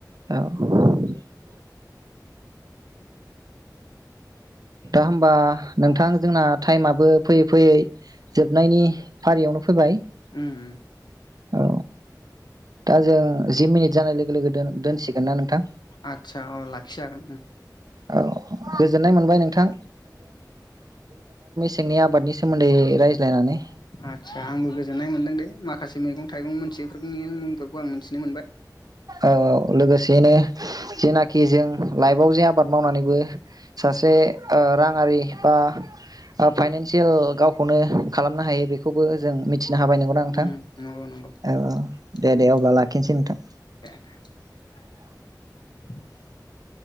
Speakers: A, on the right; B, on the left.
A: औ <inaudible> दा होमबा नोंथां जोंना टाइमाबो फैयै फैयै जोबनायनि फारियावनो फैबाय।
B: उम उम।
A: औ दा जों जि मिनिट जानाय लोगो लोगो दोनसिगोन ना नोंथां?
B: आदसा अ लाखिजागोन।
A: औ गोजोननाय मोनबाय नोंथां जोंनि आबादनि सोमोन्दै रायज्लायनानै
B: आदसा आंबो गोजोननाय मोन्दों दे माखासे मैगं थाइगं मोनथियिफोरनि मुंफोरखौ आं मिथिनो मोनबाय
A: औ लोगोसेयैनो जेनाखि जों लाइफआव जे आबाद मावनानैबो सासे ओ राङारि ओ बा फाइनन्सियेल गावखौनो खालामनो हायो बेखौबो जों मिथि मिथिनो हाबाय नंगौनाा नोंथां।
B: उम नंगौ नंगौ
A: औ दे
B: उम
A: दे अब्ला लाखिनोसै नोंथां।
B: <inaudible>